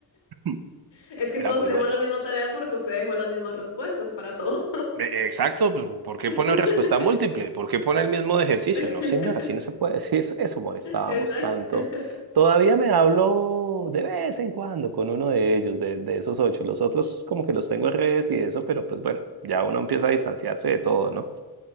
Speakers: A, on the right; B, on the left.
A: <laughs>
B: Es que
A: Era
B: todos
A: muy
B: tenemos
A: bueno.
B: la misma tarea porque usted dejó las mismas respuestas para todos.
A: Eh, Exacto, pues, ¿por qué
B: <laughs>
A: pone respuesta múltiple? ¿Por qué pone el mismo de ejercicio?
B: Sí.
A: No,
B: <laughs>
A: señora, así no se puede. <laughs> Sí, eso, eso molestábamos
B: Exacto.
A: tanto. Todavía me hablo de vez en cuando con uno de ellos, de, de esos ocho. Los otros como que los tengo en redes y eso, pero pues bueno, ya uno empieza a distanciarse de todo, ¿no?